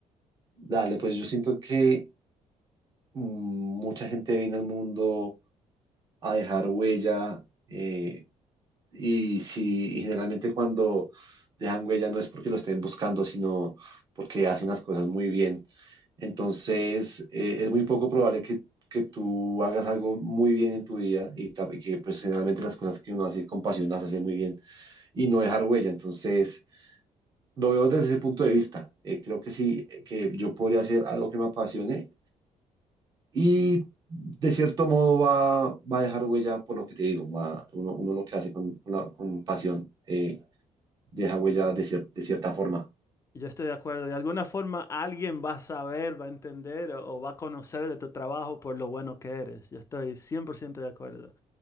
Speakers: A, on the right; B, on the left.
A: Dale, pues yo siento que mm, mucha gente viene al mundo a dejar huella, eh, Y si y generalmente cuando dejan huella no es porque lo estén buscando, sino porque hacen las cosas muy bien. Entonces, eh, es muy poco probable que, que tú hagas algo muy bien en tu vida y, ta- y que pues, generalmente las cosas que uno hace con pasión las hace muy bien y no dejar huella. Entonces, lo veo desde ese punto de vista. Eh, creo que sí, eh, que yo podría hacer algo que me apasione y de cierto modo va, va a dejar huella por lo que te digo, va- uno, uno lo que hace con, con la- con pasión. eh, deja huella de, cier- de cierta forma.
B: Yo estoy de acuerdo. De alguna forma alguien va a saber, va a entender o, o va a conocer de tu trabajo por lo bueno que eres. Yo estoy 100% de acuerdo.